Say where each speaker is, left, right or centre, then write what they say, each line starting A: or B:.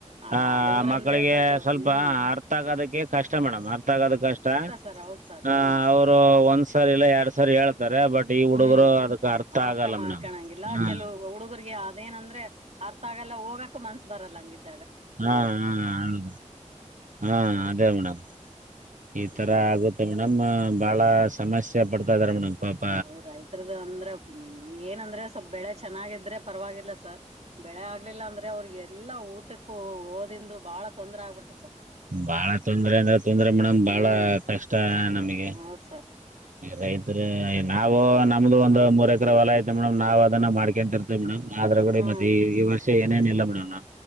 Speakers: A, on the right; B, on the right.
A: ಅಲ್ಲ
B: ಆ
A: ಹಳ್ಳಿ ಊರ್
B: ಮಕ್ಕಳಿಗೆ
A: ಅಂದ್ರೆ
B: ಸ್ವಲ್ಪ
A: ಹ್ಮ್
B: ಅರ್ಥ ಆಗದಕ್ಕೆ ಕಷ್ಟ ಮೇಡಮ್ ಅರ್ಥ ಆಗೋದು ಕಷ್ಟ
A: ಸರ್ ಹೌದ್ ಸರ್
B: ಹ
A: ಹ್ಮ್
B: ಅವ್ರು ಒಂದ್ ಸಾರಿ ಇಲ್ಲ ಎರಡ್ ಸಾರಿ ಹೇಳ್ತಾರೆ ಬಟ್ ಈ ಹುಡುಗರು
A: ಹ್ಮ್
B: ಅದಕ್
A: ಅರ್ಥ
B: ಆಗಲ್ಲ
A: ಮಾಡ್ಕಂಗಿಲ್ಲ
B: ಮೇಡಮ್ ಹಾ
A: ಕೆಲವು ಹುಡುಗರಿಗೆ ಅದೇನಂದ್ರೆ ಅರ್ಥ ಆಗಲ್ಲ ಹೋಗಕ್ಕು ಮನ್ಸ ಬರಲ್ಲ ಹಂಗಿದ
B: ಹಾ ಹಾ ಹೌದು ಹಾ ಅದೇ ಮೇಡಮ್ ಈ ತರ
A: ಏನ
B: ಆಗುತ್ತೆ ಮೇಡಮ್ ಬಹಳ ಸಮಸ್ಯೆ ಪಡ್ತಾ ಇದಾರೆ ಮೇಡಮ್ ಪಾಪ
A: ಹ ರೈತ್ರರದ ಅಂದ್ರ ಏನಂದ್ರೆ ಬೆಳೆ ಚೆನ್ನಾಗಿದ್ರೆ ಪರವಾಗಿಲ್ಲ ಸರ್ ಬೆಳೆ ಆಗ್ಲಿಲ್ಲ ಅಂದ್ರೆ ಅವ್ರಿಗೆ ಎಲ್ಲಾ ಊಟಕ್ಕೂ ಓದಿ ತಿಂದು ಬಹಳ ತೊಂದೆ ಆಗ್ಬಿಟ್ಟೆ
B: ಬಾಳ ತೊಂದ್ರೆ ಅಂದ್ರ ತೊಂದ್ರೆ ಮೇಡಮ್ ಬಾಳ
A: ಹ್ಮ್
B: ಕಷ್ಟ ನಮಗೆ
A: ಹೌದ್ ಸರ್
B: ರೈತರು ನಾವವು ನಮ್ದು ಒಂದ್ ಮೂರ್ ಎಕ್ರ ಹೊಲ ಐತೆ ಮೇಡಮ್ ನಾವ್ ಅದನ್ನ ಮಾಡ್ಕೊಂತ ಇರ್ತೇವಿ ಮೇಡಮ್ ಆದ್ರ ಕಡೆ
A: ಹ್ಮ್
B: ಮತ್ತೆ ಈ ವರ್ಷ ಏನೇನ ಇಲ್ಲ ಮೇಡಮ್ನ